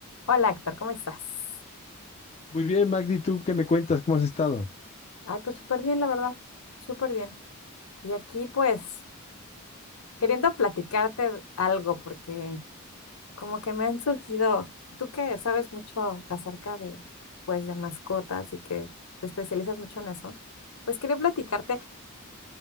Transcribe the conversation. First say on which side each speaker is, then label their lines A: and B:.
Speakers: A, on the left (about 80°); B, on the left (about 30°).
A: Hola, Héctor, ¿cómo estás?
B: Muy bien, Magdi, ¿tú qué me cuentas? ¿Cómo has estado?
A: Ay, pues súper bien, la verdad, súper bien. Y aquí, pues, queriendo platicarte algo, porque como que me han surgido, tú que sabes mucho acerca de, pues, de mascotas y que te especializas mucho en eso, pues quería platicarte.